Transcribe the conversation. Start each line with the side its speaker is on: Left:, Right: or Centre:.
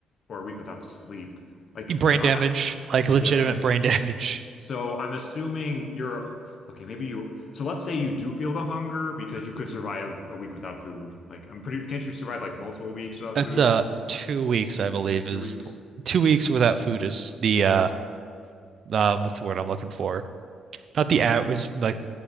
Left: for a week without sleep? Like,
Right: Brain
Left: I, I-
Right: damage, like legitimate
Left: yeah.
Right: brain <laughs> damage.
Left: So I'm assuming you're okay. Maybe you. So let's say you do feel the hunger because you could survive a week without food. Like, I'm pretty. Can't you survive like multiple weeks without
Right: That's
Left: food?
Right: uh two weeks, I believe,
Left: Two
Right: is
Left: weeks?
Right: two weeks without food is the uh uh what's the word I'm looking for? Not the average, like